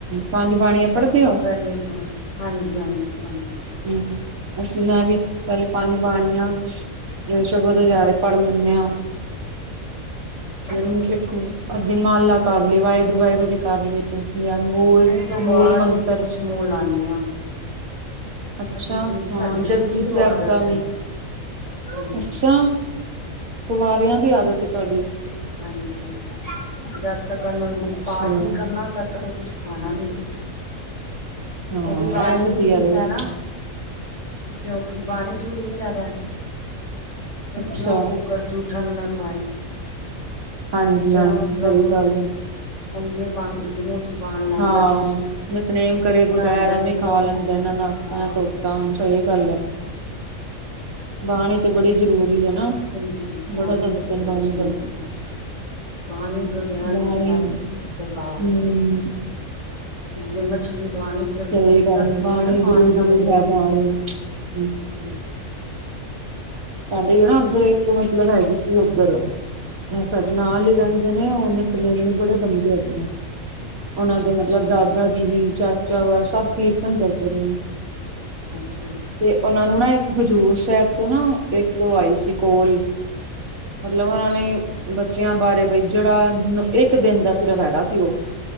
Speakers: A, on the right; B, on the left.
A: ਪੰਜ ਬਾਣੀਆਂ
B: ਸਭ
A: ਪੜਦੇ ਹੋ?
B: <unintelligible> ਹਾਂਜੀ, ਹਾਂਜੀ- ਹਾਂਜੀ।
A: ਹੂੰ, ਅਸੀਂ ਮੈਂ ਵੀ, ਪਹਿਲੇ ਪੰਜ ਬਾਣੀਆ ਫੇਰ, ਸ਼ਬਦ ਹਜਾਰੇ, ਪੜ ਲੈਂਦੇ ਆ।
B: <unintelligible>
A: ਫੇਰ ਇੱਕ, ਅਦੀ ਮਾਲਾ, ਕਰ ਲਈ ਵਾਹਿਗੁਰੂ, ਵਾਹਿਗੁਰੂ ਜੀ ਕਰ ਲਈ। ਯਾਂ ਮੂਲ
B: ਓਸ ਤੋਂ
A: ਮੂਲ
B: ਬਾਅਦ
A: ਮੰਤਰ
B: ਹੀ, ਅਸੀਂ ਕੁਛ ਮੂੰਹ ਲਾਦੇ ਹਾਂ।
A: ਅੱਛਾ।
B: ਅਸੀਂ ਸਾਡੀ
A: ਹਾਂ, ਜਪਜੀ
B: ਸ਼ੁਰੂ ਤੋਂ
A: ਸਾਹਿਬ,
B: ਆਦਤ
A: ਦਾ
B: ਹੈ
A: ਵੀ।
B: ਹਾਂਜੀ
A: ਅੱਛਾ। ਕੁਵਾਰਿਆਂ ਦੀ, ਆਦਤ ਏ ਤੁਹਾਡੀ।
B: ਹਾਂਜੀ-ਹਾਂਜੀ, ਜਦ ਤਕਨ
A: ਅੱਛਾ
B: ਪਾਠ ਨੀ, ਕਰਨਾ ਤਾਂ ਉਹ, ਕੁਛ ਖਾਣਾ ਨੀ ਸੀ।
A: ਹਾਂ
B: ਕਿਉਕਿ ਬਾਣੀ
A: ਇਹ
B: ਚ,
A: ਵਧੀਆ
B: ਵੀ ਲਿਖਿਆ
A: ਵੇ
B: ਹੇ ਨਾ। ਕਿਉਂਕਿ, ਬਾਣੀ ਚ ਵੀ, ਲਿਖਿਆ ਦਾ ਹ।
A: ਅੱਛਾ,
B: ਜਿਉਂ ਕੁਕਰ ਜੂ ਉੱਠਣ ਮੈਂ ਪਾਏ,
A: ਹਾਂਜੀ-ਹਾਂਜੀ
B: ਜਿਹੜਾ ਮਤਲਬ
A: ਸਹੀ ਗੱਲ ਏ।
B: ਅੰਜੇ ਪਾ ਮੂੰਹ ਚ ਪਾਣ ਲਾਦਾ
A: ਹਾਂ,
B: ਕੁਛ
A: ਨਤਨੇਮ ਕਰੇ
B: ਕੁੱਤਾ
A: ਬਗੈਰ,
B: ਹੁੰਦਾ
A: ਐਵੇਂ
B: ਜਿਵੇਂ
A: ਖਾ
B: ਉਹ
A: ਲੈਂਦੇ
B: ਲਗਾ
A: ਇਹ। ਨਾਲ
B: ਹਾਂ
A: ਮੈਂ
B: ਹਾਂ
A: ਤੋਪਤਾ ਹੁ। ਸਹੀ ਗੱਲ ਹੈ ਬਾਣੀ ਤੇ, ਬੜੀ ਜਰੂਰੀ ਹੈ। ਨਾ
B: ਹਾਂਜੀ, ਬਾਣੀ
A: ਬੜਾ ਦੱਸਦੇ
B: ਤੇ ਬਹੁਤ,
A: ਨੇ ਬਾਣੀ
B: ਜਰੂਰੀ
A: ਬਾਰੇ।
B: ਹੈ। ਬਾਣੀ ਬਗੈਰ,
A: ਬਾਣੀ
B: ਬੰਦਾ ਬੇਕਾਰ।
A: ਹੂੰ,
B: ਜਿਵੇਂ ਮੱਛਲੀ, ਪਾਣੀ ਤਰਸਦੀ
A: ਸਹੀ ਗੱਲ ਐ ਬਾਣੀ
B: ਏ ਨਾ, ਪਾਣੀ
A: ਗੁਰੂ-ਗੁਰੂ
B: ਨਾ ਮਿਲੇ,
A: ਹੈ
B: ਉਹਨੂੰ
A: ਬਾਣੀ। ਹੂੰ,
B: ਹ
A: ਸਾਡੇ ਵੀ ਨਾ, ਉੱਧਰ ਇੱਕ ਮਤਲਬ ਹੈਗੀ ਸੀ। ਉੱਧਰ ਹਹ ਸਾਡੇ ਨਾਲ ਹੀ ਰਹਿੰਦੇ ਨੇ ਉਹ ਨਿਤਨੇਮੀ ਬੜੇ ਬੰਦੇ ਹੈਗੇ ਨੇ ਉਹਨਾਂ ਦੇ
B: ਅੱਛਾ,
A: ਮਤਲਬ ਦਾਦਾ ਜੀ ਚਾਚਾ ਵਗੈਰਾ ਸਭ ਕੀਰਤਨ ਕਰਦੇ ਨੇ
B: ਅੱਛਾ- ਅੱਛਾ
A: ਤੇ ਉਹਨਾ ਨੂੰ ਨਾ ਹਜ਼ੂਰ ਸਾਹਿਬ ਤੋਂ ਨਾ ਇੱਕ ਉਹ ਆਈ ਸੀ ਕੋਲ ਮਤਲਬ
B: ਅੱਛਾ,
A: ਉਹਨਾਂ ਨੇ ਬੱਚਿਆਂ ਬਾਰੇ ਬਈ ਜਿਹੜਾ ਇੱਕ ਦਿਨ ਦਾ ਸਿਰਫ ਹੈਗਾ ਉਹ